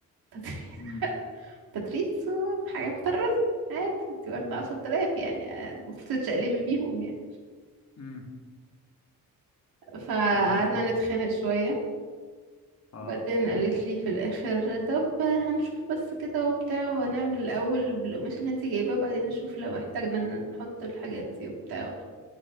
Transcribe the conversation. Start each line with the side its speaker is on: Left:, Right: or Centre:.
Right: تطريز
Left: امم
Right: <laughs> تطريز هو حاجه مطرزه عادي انت واخده
Left: امم
Right: 10000 يعني المفروض تتشقلبي بيهم يعني
Left: امم
Right: فقعدنا
Left: وبعدين
Right: نتخانق شويه
Left: اه
Right: بعدين قالت لي في الاخر طب هنشوف بس كده وبتاع ونعمل الاول بالقماش اللي انت جايباه وبعدين نشوف لو احتاجنا إن نحط الحاجات دي وبتاع